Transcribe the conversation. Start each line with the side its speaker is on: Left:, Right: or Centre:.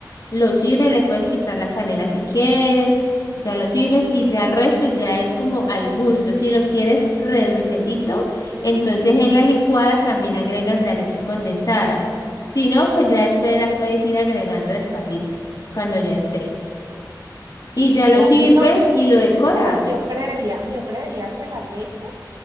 Left: lo sirves, le puedes quitar la canela si quieres, ya lo sirves y ya el resto ya es como al gusto. Si lo quieres redulcecito, entonces en la licuada también agregas la leche condensada. Si no, pues ya después la puedes ir agregando despacito cuando ya esté. Y ya lo
Right: ok.
Left: sirves
Right: No,
Left: y lo decoras.
Right: pues yo creería, yo creería que la leche.